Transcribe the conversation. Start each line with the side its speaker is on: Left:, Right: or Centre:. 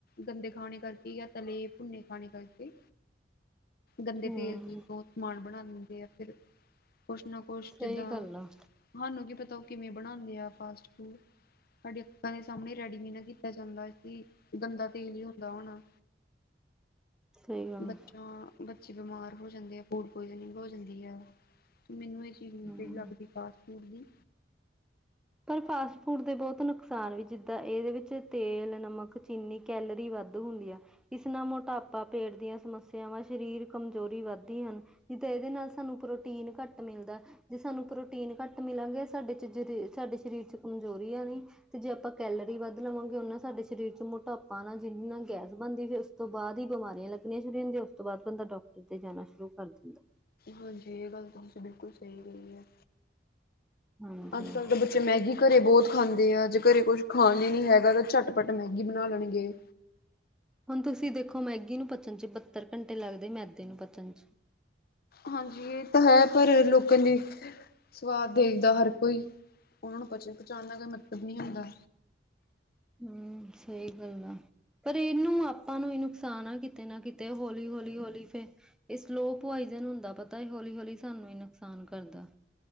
Left: ਗੰਦੇ ਖਾਣੇ ਕਰਕੇ ਜਾਂ ਤਲੇ ਭੁੰਨੇ ਖਾਣੇ ਕਰਕੇ ਗੰਦੇ
Centre: ਹੂੰ
Left: ਤੇਲ ਚ ਬਹੁ ਸਮਾਨ ਬਣਾ ਦਿੰਦੇ ਜਾਂ ਫਿਰ ਕੁਛ ਨਾ ਕੁਛ
Centre: ਸਹੀ
Left: ਜਿੱਦਾਂ।
Centre: ਗੱਲ ਆ
Left: ਤੁਹਾਨੂੰ ਕੀ ਪਤਾ ਉਹ ਕਿਵੇਂ ਬਣਾਉਂਦੇ ਆ ਫਾਸਟ ਫੂਡ ਸਾਡੇ ਅੱਖਾਂ ਦੇ ਸਾਹਮਣੇ। ਰੈਡੀਮੀ ਨਾ ਕੀਤਾ ਜਾਂਦਾ ਗੰਦਾ ਤੇਲ ਹੀ ਹੁੰਦਾ ਹੋਣਾ
Centre: ਸਹੀ ਗੱਲ
Left: ਬੱਚਾ। ਤਾਂ ਬੱਚੇ ਬਿਮਾਰ ਹੋ ਜਾਂਦੇ ਆ ਫੂਡ ਪੁਆਇਜਨਿੰਗ ਹੋ ਜਾਂਦੀ ਆ ਮੈਨੂੰ ਮੈਨੂੰ ਤੇ
Centre: ਹੂੰ।
Left: ਨਹੀਂ ਲੱਗਦੀ ਫਾਸਟ ਫੂਡ ਦੀ।
Centre: ਪਰ ਫਾਸਟ ਫੂਡ ਦੇ ਬਹੁਤ ਨੁਕਸਾਨ ਵੀ ਜਿੱਦਾਂ ਇਹਦੇ ਵਿੱਚ ਤੇਲ ਨਮਕ ਇੰਨੀ ਕੈਲਰੀ ਵੱਧ ਹੁੰਦੀ ਆ। ਇਸ ਨਾਲ ਮੋਟਾਪਾ ਪੇਟ ਦੀਆਂ ਸਮੱਸਿਆਵਾਂ ਸਰੀਰ ਕਮਜ਼ੋਰੀ ਵੱਧਦੀਆਂ ਹਨ। ਜਿੱਦ ਇਹਦੇ ਨਾਲ ਸਾਨੂੰ ਪ੍ਰੋਟੀਨ ਘੱਟ ਮਿਲਦਾ ਜੇ ਸਾਨੂੰ ਪ੍ਰੋਟੀਨ ਘੱਟ ਮਿਲਾਂਗੇ ਸਾਡੇ ਚ ਜ ਸਾਡੇ ਸਰੀਰ ਚ ਕਮਜ਼ੋਰੀ ਆ ਗਏ ਤੇ ਜੇ ਆਪਾਂ ਕੈਲਰੀ ਵੱਧ ਲਵਾਂਗੇ ਉਹਨਾ ਸਾਡੇ ਸਰੀਰ ਚ ਮੋਟਾਪਾ ਨਾਲ ਜਿਹਦੇ ਨਾਲ ਗੈਸ ਬਣਦੀ ਫਿਰ ਤੋਂ ਬਾਅਦ ਹੀ ਬਿਮਾਰੀਆਂ ਲੱਗਣੀਆਂ ਸ਼ੁਰ ਹੁੰਦੀਆਂ ਉਸ ਤੋਂ ਬਾਅਦ ਬੰਦਾ ਡਾਕਟਰ 'ਤੇ ਜਾਣਾ ਸ਼ੁਰੂ ਕਰ ਦਿੰਦਾ
Left: ਹਾਂਜੀ ਇਹ ਗੱਲ ਤੁਸੀਂ ਬਿਲਕੁਲ ਸਹੀ ਕਹਿ ਹੈ।
Centre: ਹਾਂਜੀ,
Left: ਅੱਜ ਕੱਲ੍ਹ ਦੇ ਮੈਗੀ ਘਰੇ ਬਹੁਤ ਖਾਂਦੇ ਆ ਜੇ ਘਰੇ ਕੁੱਛ ਖਾਣ ਹੀ ਨੀ ਹੈਗਾ ਤਾਂ ਝੱਟ ਪਟ ਮੈਗੀ ਬਣਾ ਲੈਣਗੇ
Centre: ਹੁਣ ਤੁਸੀਂ ਦੇਖੋ ਮੈਗੀ ਨੂੰ ਪਚਣ ਚ ਬੱਤਰ ਘੰਟੇ ਲੱਗਦੇ ਮੈਦੇ ਨੂੰ ਪਚਣ ਚ
Left: ਹਾਂਜੀ ਇਹ ਤਾਂ ਹੈ ਪਰ ਲੋਕਾਂ ਦੀ ਸਵਾਦ ਦੇਖਦਾ ਹਰ ਕੋਈ ਉਹਨਾਂ ਨੂੰ ਪਚ ਪਚਾਉਣ ਦਾ ਕੋਈ ਮਤਲਬ ਨਹੀਂੀ ਹੁੰਦਾ
Centre: ਹੂੰ ਸਹੀ ਗੱਲ ਆ। ਪਰ ਇਹਨੂੰ ਆਪਾਂ ਨੂੰ ਵੀ ਨੁਕਸਾਨ ਆ ਕਿਤੇ ਨਾ ਕਿਤੇ ਹੌਲੀ ਹੌਲੀ ਹੌਲੀ ਫਿਰ ਇਹ ਸਲੋ ਪੁਆਇਜਨ ਹੁੰਦਾ ਪਤਾ ਹੌਲੀ ਹੌਲੀ ਸਾਨੂੰ ਹੀ ਨੁਕਸਾਨ ਕਰਦਾ